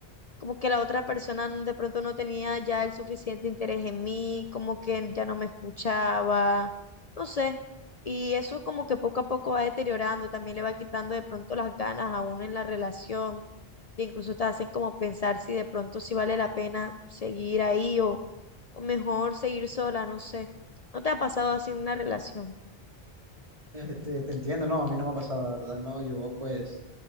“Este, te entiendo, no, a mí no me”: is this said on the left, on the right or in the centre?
Right